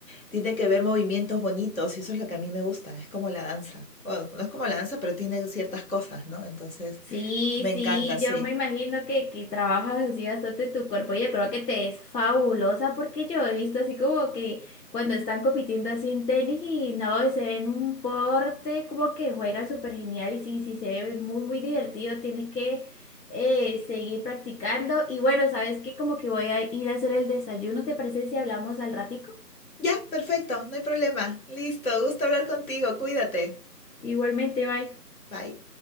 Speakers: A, on the left (about 55°); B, on the left (about 75°).
A: Tiene que ver movimientos bonitos y eso es lo que a mí me gusta, es como la danza. Bueno, no es como la danza, pero tiene ciertas cosas, ¿no? Entonces,
B: Sí,
A: me encanta,
B: sí,
A: sí.
B: yo me imagino que, que trabajas así bastante tu cuerpo y yo creo que te es fabulosa porque yo he visto así como que cuando están compitiendo así en tenis y no, se ven un porte, como que juegan súper genial y sí, sí, se ve muy, muy divertido, tienes que eh, seguir practicando y bueno, sabes que como que voy a ir a hacer el desayuno, ¿te parece si hablamos al ratico?
A: Ya, perfecto, no hay problema. Listo, gusto hablar contigo, cuídate.
B: Igualmente, bye.
A: Bye.